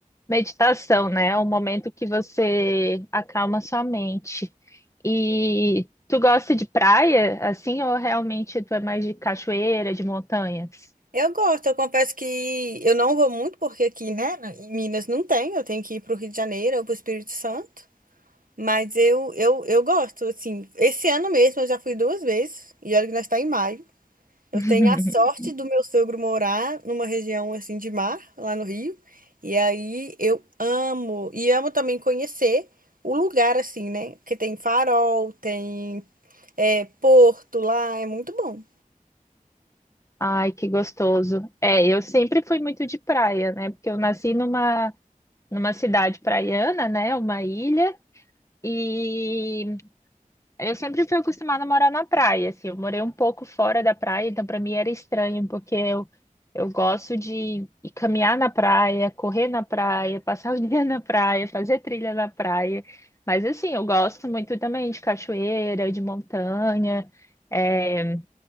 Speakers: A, on the left; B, on the right.
A: Meditação, né? É um momento que você acalma sua mente. E tu gosta de praia, assim, ou realmente tu é mais de cachoeira, de montanhas?
B: Eu gosto, eu confesso que eu não vou muito porque aqui, né, na- em Minas não tem, eu tenho que ir para o Rio de Janeiro ou para o Espírito Santo, mas eu, eu, eu gosto, assim, esse ano mesmo eu já fui duas vezes, e olha que nós está em maio, eu
A: <laughs>
B: tenho a sorte do meu sogro morar numa região, assim, de mar, lá no Rio, e aí eu amo, e amo também conhecer o lugar, assim, né, porque tem farol, tem, é, porto lá, é muito bom.
A: Ai, que gostoso. É, eu sempre fui muito de praia, né? Porque eu nasci numa, numa cidade praiana, né? Uma ilha. E Eu sempre fui acostumada a morar na praia, assim, eu morei um pouco fora da praia, então para mim era estranho, porque eu, eu gosto de ir caminhar na praia, correr na praia, passar o <laughs> dia na praia, fazer trilha na praia, mas assim, eu gosto muito também de cachoeira, de montanha, é,